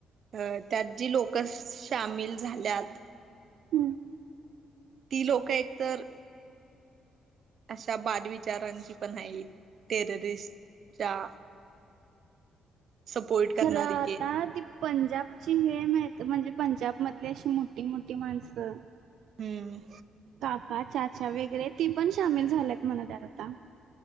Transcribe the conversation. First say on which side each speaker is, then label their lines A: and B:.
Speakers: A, on the right; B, on the right.
A: अ त्यात जी लोक सामील झाल्यात
B: हम्म
A: ती लोकं एकतर अशा बादविचारांची पण आहे टेररिस्टच्या सपोर्ट करणारी
B: खरं आता
A: तेन
B: ते पंजाबची हे मा म्हणजे पंजाब मधली अशी मोठी मोठी माणसं
A: हम्म
B: काका चाचा वगैरे ती पण सामील झाल्यात म्हणतत आता